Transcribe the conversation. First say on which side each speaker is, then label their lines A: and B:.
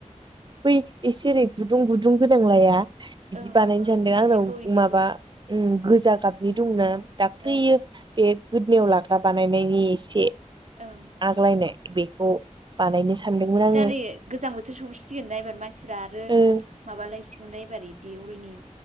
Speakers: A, on the right; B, on the right.
A: बै एसे ओरै गुदुं गुदुं गोनांलाया। बिदि
B: ओं
A: बानायनो
B: ओं ओं
A: सानदों आंनाव
B: इदिखौ इदिखौ
A: माबा गोजा गाबनि दंना। दाख्लैयो
B: ओं
A: बे गोदोनियाव लाग्रा बानायनायनि एसे
B: ओं
A: आग्लायनाय। बेखौ बानायनो। सानदोंमोन आङो
B: दा नै गोजां बोथोर सफैसिगोन ना एबार मानसिफ्रा आरो
A: ओ
B: मा बायसिगोनलाय एबार इदि उलनि।